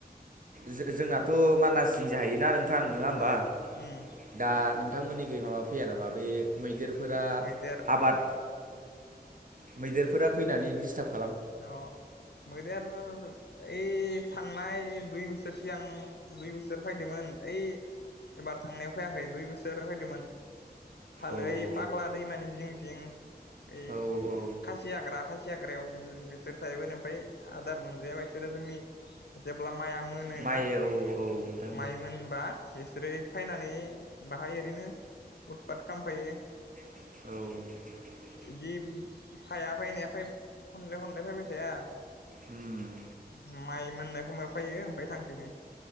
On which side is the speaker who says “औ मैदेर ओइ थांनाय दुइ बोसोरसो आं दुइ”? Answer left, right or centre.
Left